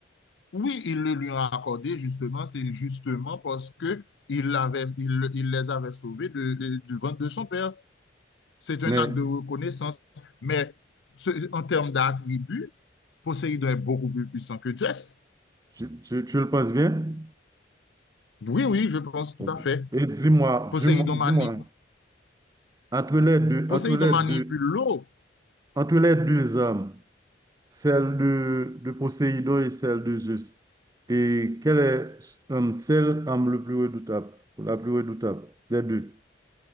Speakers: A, on the left; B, on the right.
A: Oui, il le lui a accordé justement, c'est justement parce que il l'avait- il, il les avait sauvés de- de- du ventre de son père. C'est un
B: Mais
A: acte de reconnaissance, mais ce- en termes d'attributs, Poséidon est beaucoup plus puissant que Zeus.
B: tu, tu- tu le penses bien?
A: Oui, oui, je pense tout
B: Ok.
A: à fait.
B: Et dis-moi,
A: Poséidon
B: dis-moi, dis-moi,
A: mani-
B: entre les deux,
A: Poséidon
B: entre les
A: manipule
B: deux
A: l'eau.
B: entre les deux âmes, celle de, de Poséidon et celle de Zeus. Et quelle est euh, celle âme le plus redoutable, la plus redoutable des deux?